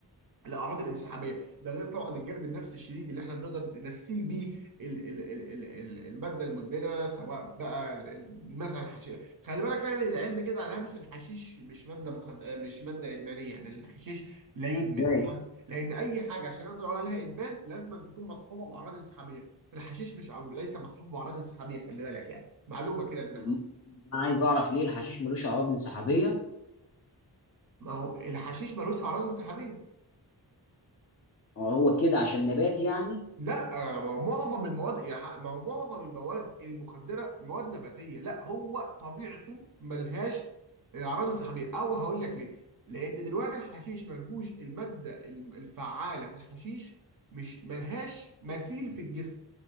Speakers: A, on the right (about 55°); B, on the left (about 40°).
A: الاعراض الانسحابيه ده غير طبعا الجانب النفسي الشديد اللي احنا بنقدر ننسيه بيه ال- ال- ال- ال- ال- الماده المدمنه سواء بقى ال- ال- مثلا حشيش خلي بالك يعني العلم كده على هامش الحشيش مش ماده مخد... آه، مش ماده ادمانيه يعني الحشيش لا يدمن
B: ازاي
A: تمام؟ لان اي حاجه عشان نقدر نقول عليها ادمان لازم أن تكون مصحوبه باعراض انسحابيه الحشيش مش عم... ليس مصحوب باعراض انسحابيه خلي بالك يعني معلومه كده للناس
B: طب
A: عامة.
B: انا عايز اعرف ليه الحشيش ملوش عوامل انسحابيه
A: ما هو الحشيش ملوش اعراض انسحابيه
B: هو هو كده عشان نبات يعني
A: لا آه، ما هو معظم المواد يا ح- ما هو معظم المواد المخدره مواد نباتيه لا هو طبيعته ملهاش اعراض انسحابيه او هقول لك ليه لان دلوقتي الحشيش ملهوش الماده الم- الفعاله في الحشيش مش ملهاش مثيل في الجسم